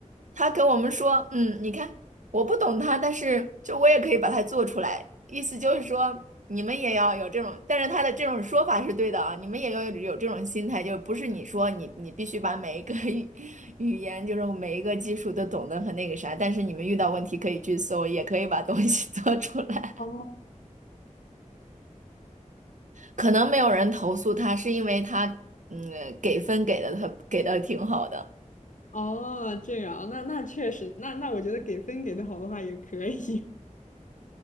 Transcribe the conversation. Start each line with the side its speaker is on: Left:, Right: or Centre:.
Right: 他跟我们说，嗯，你看，我不懂他，但是就我也可以把它做出来，意思就是说你们也要有这种，但是他的这种说法是对的啊，你们也要有这种心态，就不是你说你你必须把每一个 <laughs> 语语言，就是每一个技术都懂得很那个啥，但是你们遇到问题可以去搜，也可以把东西 <laughs> 做出来。
Left: <laughs> 哦，
Right: 可能没有人投诉他，是因为他嗯给分给的他给的挺好的。
Left: 哦，这样，那那确实，那那我觉得给分给的好的话也可以。